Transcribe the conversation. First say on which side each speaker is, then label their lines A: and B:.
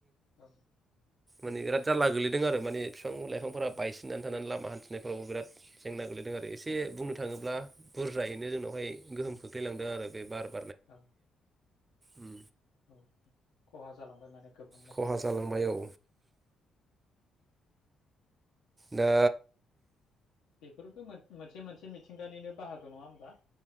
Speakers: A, on the left; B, on the right.
A: औ
B: माने बिराद जारला गोलैदों आरो माने बिफां लाइफांफोरा
A: औ
B: बायसिननानै नानै लामा हान्थिनायफ्रावबो बिराद जेंना गोलैदों आरो एसे जे बुंनो थाङोब्ला बुर फ्रायैनो जोंनावहाय गोहोम खोख्लैांदों आरो बे बार
A: औ
B: उम
A: औ खहा जालांबाय माने गोबांनो
B: खहा जालांबाय औ दा
A: बेफोरबो मोनसे मोनसे मिथिंगानिनो बाहागो नङा होमबा